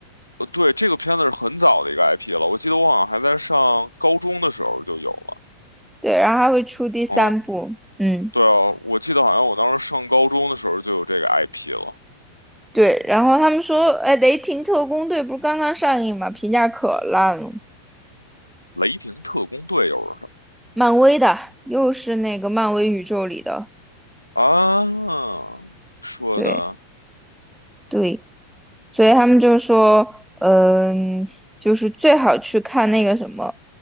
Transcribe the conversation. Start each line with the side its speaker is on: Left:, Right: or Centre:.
Left: 对，这个片子是很早的一个 IP 了，我记得我好像还在上高中的时候就有了。
Centre: 对，然后还会出第三部，
Left: 嗯，
Centre: 嗯，
Left: 对啊，我记得好像我当时上高中的时候就有这个 IP 了，
Centre: 对，然后他们说，哎，《雷霆特工队》不是刚刚上映嘛，评价可烂了，
Left: 《雷霆特工队》又是什
Centre: 漫威的，又是那个漫威宇宙里的，
Left: 么啊？说的
Centre: 对对，所以他们就说，嗯，就是最好去看那个什么，